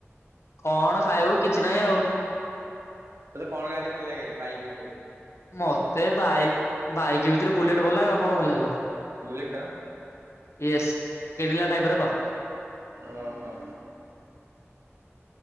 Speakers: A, on the left (about 65°); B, on the right (about 65°).
A: କଣ ଖାଇବୁ କିଛି ନାହିଁ ଆଉ।
B: ତତେ କଣ ଗାଡି ଭଲ ଲାଗେ ବାଇକି ଭିତୁରୁ?
A: ମତେ ବାଇ ବାଇକ୍ ଭିତୁରୁ ବୁଲେଟ୍ ଭଲ ଲାଗିବ ଆଉ କଣ ଭଲ ଲାଗିବ।
B: ବୁଲେଟ
A: ୟେସ୍ <unintelligible> ଟାଇପ ର ତ।
B: ଅହ।